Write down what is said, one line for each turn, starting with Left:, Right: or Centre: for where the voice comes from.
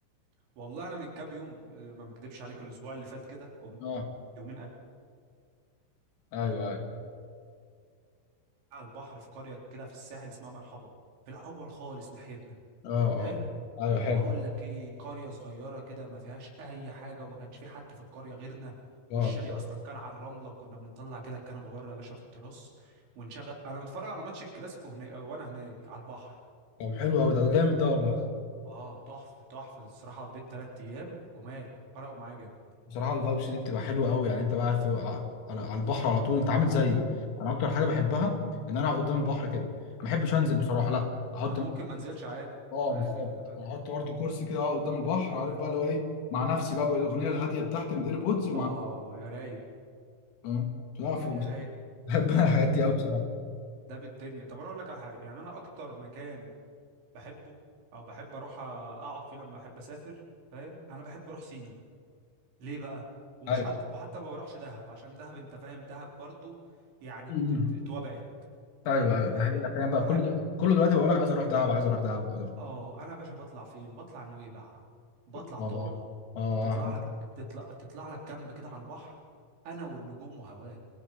Right: والله انا من كام يوم آه، ما مكدبش عليك الاسبوع اللي فات كده قمت
Left: اه
Right: يومين قاعد
Left: ايوه ايوه
Right: على البحر في قرية كده في الساحل اسمها مرحبا في الاول خالص ناحيتنا
Left: اه
Right: حلو
Left: اه ايوه حلو
Right: بقول لك ايه قرية صغيرة كده ما فيهاش اي حاجة وما كانش في حد في القرية غيرنا
Left: اه
Right: والشاليه اصلا كان على الرملة كنا بنطلع كده الكنبة بره يا باشا في التراس ونشغل انا بتفرج على ماتش الكلاسيكو هنا وانا هناك على البحر
Left: طب حلو قوي ده جامد ده والله
Right: اه تحفة تحفة الصراحة قضيت تلات ايام جمال فرقوا معايا جامد
Left: بصراحه الفايبس دي بتبقى حلوه قوي يعني انت بقى قاعد في ع- على على البحر على طول انت عامل زيي انا اكتر حاجه بحبها ان انا اقعد قدام البحر كده ما بحبش انزل بصراحه لا احط
Right: انا ممكن ما انزلش عادي
Left: اه
Right: عادي
Left: بالظبط
Right: خلي بالك
Left: احط برضه كرسي كده اقعد قدام البحر عارف بقى اللي هو ايه مع نفسي بقى بالاغنيه الهاديه بتاعتي من الايربودز ومع
Right: اه يا رايق
Left: فاهم بتعرف-
Right: يا رايق
Left: بحب انا الحاجات دي قوي بصراحه
Right: ده بالدنيا طب انا اقول لك على حاجة يعني انا اكتر مكان بحبه او بحب اروح اقعد فيه لما احب اسافر فاهم انا بحب اروح سينا ليه بقى ومش
Left: ايوه
Right: حتى وحتى ما بروحش دهب عشان دهب انت فاهم دهب برضو يعني ات-
Left: أمم.
Right: ات- اتوبقت
Left: ايوه ايوه ده
Right: فاهمني
Left: حقيقة فاهم بقى
Right: احب
Left: كل ده كل دلوقتي بقول لك عايز اروح دهب عايز اروح دهب عايز اروح
Right: اه انا يا باشا بطلع فين بطلع نويبع بطلع
Left: اه
Right: طابة
Left: اه آه.
Right: تطلع لك تطلع تطلع لك كامب كده على البحر انا والنجوم وهواك